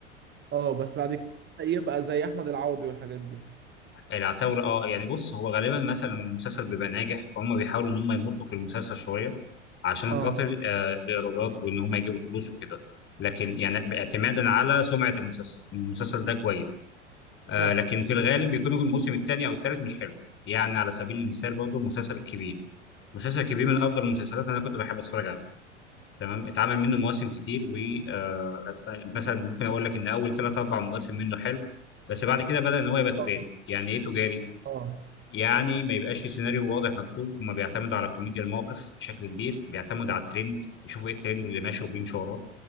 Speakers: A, on the right; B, on the left.
A: اه بس بعد كده يبقى زي احمد العوضي والحاجات دي
B: العتاوله اه يعني بص هو غالبا مثلا لما المسلسل بيبقى ناجح فهم بيحاولوا ان هم يمطوا في المسلسل شويه عشان
A: اه
B: خاطر آه الايرادات وان هم يجيبوا فلوس وكده لكن يعني اعتمادا على سمعه المسلسل المسلسل ده كويس آه
A: صح
B: لكن في الغالب بيكون الموسم الثاني او الثالث مش حلو يعني على سبيل المثال برضه مسلسل الكبير مسلسل الكبير
A: مم.
B: من افضل المسلسلات اللي انا كنت بحب اتفرج عليه تمام اتعمل منه مواسم كتير و آه مثلا ممكن اقول لك ان اول ثلاث اربع مواسم منه حلو بس بعد كده بدا ان هو يبقى تجاري
A: اه
B: يعني ايه تجاري
A: آه.
B: يعني ما يبقاش في سيناريو واضح مكتوب هما بيعتمدوا على كوميديا الموقف بشكل كبير بيعتمدوا على الترند يشوفوا ايه الترند اللي ماشي وبيمشوا وراه